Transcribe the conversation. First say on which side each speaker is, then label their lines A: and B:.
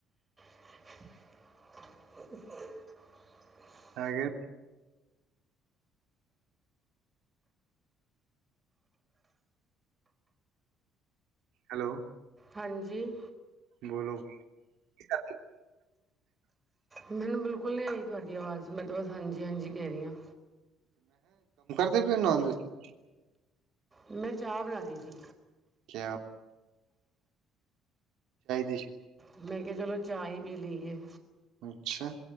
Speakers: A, on the right; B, on the right.
A: <inaudible>
B: ਸਾਗਰ ਹੈਲੋ
A: ਹਾਂਜੀ
B: ਬੋਲੋ, ਕੀ ਕਰਦੇ
A: ਮੈਨੂੰ ਬਿਲਕੁਲ ਨਹੀਂ, ਆਈ ਤੁਹਾਡੀ ਆਵਾਜ਼ ਮੈਂ ਤਾਂ ਬਸ ਹਾਂਜੀ, ਹਾਂਜੀ ਕਹਿ ਰਹੀ ਆਂ।
B: ਇਹਦੇ ਪਨ ਦੱਸ <unintelligible>
A: ਮੈਂ ਚਾਹ ਬਣਾ ਰਹੀ ਸੀ।
B: ਕਿਆ ਅਪ ਦੀ
A: ਮੈਂ ਕਿਹਾ, ਚਲੋ ਚਾਹ ਹੀ ਪੀ ਲਈਏ।
B: ਅੱਛਾ।